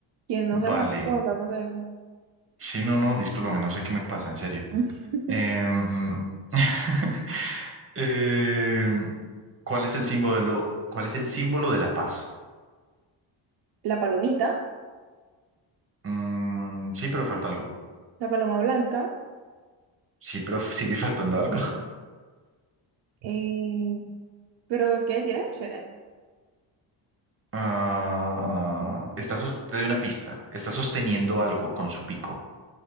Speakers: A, on the right; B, on the right.
A: ¿Quién no
B: Vale.
A: se lo va preguntándose eso?
B: Sí, no, no, discúlpame, no sé qué me pasa, en serio.
A: <laughs>
B: Em, <laughs> em, ¿cuál es el símbolo, cuál es el símbolo de la paz?
A: La palomita,
B: Mm, sí, pero falta algo.
A: la paloma blanca.
B: Sí, pero <laughs> sigue faltando algo.
A: eh, ¿pero qué? ¿Tiene opciones?
B: Ah, está sos- te doy una pista. Está sosteniendo algo con su pico.